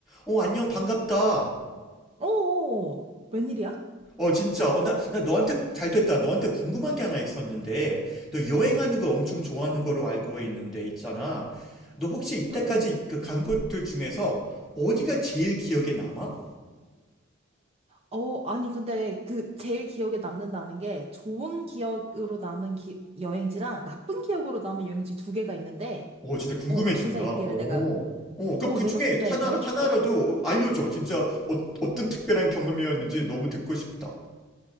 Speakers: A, in the centre; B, on the right (about 30°).
A: 어, 안녕, 반갑다.
B: 오, 웬일이야?
A: 어, 진짜. 어, 나, 나 너한테 잘 됐다. 너한테 궁금한 게 하나 있었는데, 너 여행하는 거 엄청 좋아하는 거로 알고 있는데, 있잖아. 너 혹시 이때까지
B: 음.
A: 그 간 곳들 중에서 어디가 제일 기억에 남아?
B: 어, 아니, 근데 그 제일 기억에 남는다는 게 좋은 기억으로 남은 기, 여행지랑 나쁜 기억으로 남은 여행지 두 개가 있는데,
A: 어, 진짜 궁금해진다.
B: 어, 둘 다
A: 어.
B: 얘기를 내가,
A: 어, 그럼
B: 어,
A: 그
B: 내가
A: 중에
B: 둘 다
A: 하나,
B: 얘기해줄게.
A: 하나라도 알려줘. 진짜 어, 어떤 특별한 경험이었는지 너무 듣고 싶다.